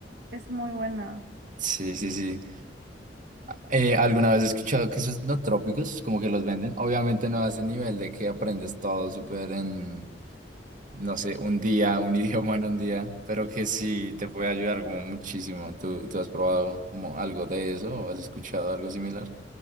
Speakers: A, on the right; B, on the right.
A: Es muy buena.
B: Sí, sí, sí. Eh, alguna vez he escuchado que esos no trópicos, como que los venden, obviamente no a ese nivel de que aprendes todo súper en, no sé, un día, un <laughs> idioma en un día, pero que sí te puede ayudar como muchísimo. ¿Tú, tú has probado como algo de eso o has escuchado algo similar?